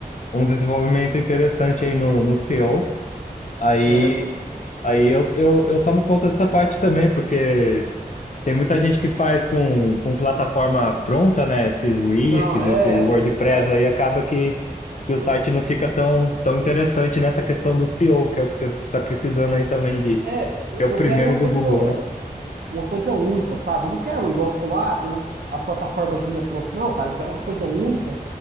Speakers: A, on the left (about 55°); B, on the right (about 80°).
A: um desenvolvimento interessante aí no, no CEO. Aí,
B: certo?
A: aí eu, eu, eu tomo conta dessa parte também, porque tem muita gente que faz com, com plataforma pronta, né? Esses Wix,
B: Não,
A: esse
B: é,
A: WordPress
B: é,
A: aí, acaba que, que o site não fica tão, tão interessante nessa questão do CEO, que é o que você está precisando aí também de
B: é, eu,
A: ser o
B: eu
A: primeiro
B: quero uma coisa,
A: do Google, né?
B: uma coisa única, sabe? Eu não quero igual você falou, ah, tem uns, as plataformazinhas pronto. Não, cara, eu quero uma coisa única.